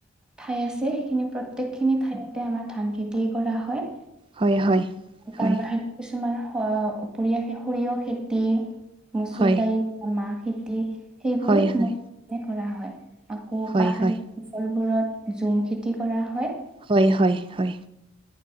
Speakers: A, in the centre; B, on the right.
A: ঠাই আছে। সেই খিনি প্ৰত্যেক খিনি ঠাইতে আমাৰ ধান খেতিয়ে কৰা হয়
B: হয় হয়
A: তাৰ
B: হয়
A: বাহিৰে কিছুমান হ উপৰিয়া সে সৰিয়হ খেতি, মচুৰ
B: হয়
A: দাইল, মাহ খেতি সেইবোৰো
B: হয়
A: সমানে
B: হয়
A: কৰা হয়। আকৌ
B: হয়
A: পাহাৰীয়া
B: হয়
A: অঞ্চলবোৰত ঝুম খেতি কৰা হয়।
B: হয় হয় হয়